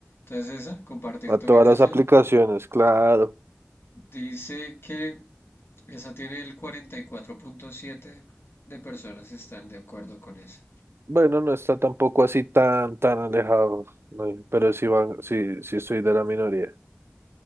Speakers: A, on the left; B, on the right.
A: Entonces esa, compartir
B: A
A: tu
B: todas
A: ubicación,
B: las aplicaciones, claro.
A: dice que esa tiene el cuarenta y cuatro punto siete de personas están de acuerdo con esa.
B: Bueno, no está tampoco así tan, tan alejado. no pero sí, van, sí, sí estoy de la minoría.